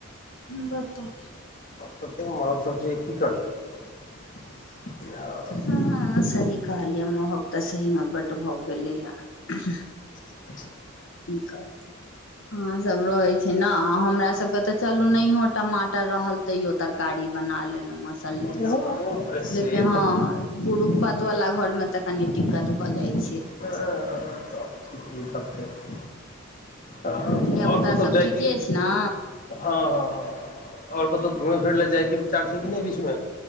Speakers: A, on the left (about 60°); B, on the left (about 40°).
A: बताउ <unintelligible>
B: ततेक महंग सब छै की करबै <unintelligible>
A: हऽ सही कहल यै महंग तऽ सही में बड्ड भऽ गेलै यऽ
B: <unintelligible>
A: की करतै अहाँ सब रहे छै न हमरा सब कऽ तऽ चलू नहीं यो टमाटर रहल तैयो तरकारी बना लेलहु मसाले
B: अरे
A: दऽ कऽ
B: से
A: लेकिन हँ
B: तऽ
A: पुरुख पात वाला घर में तऽ कनी दिक्कत भऽ जाइ छै
B: हँ हँ सब ठीक <unintelligible> आ अ
A: धियापुता
B: और सब त जदी
A: ठीके अछि ने
B: हँ हँ ओर कतहु घूमय फिरय लए जाय के विचार छै कि नय बीच मे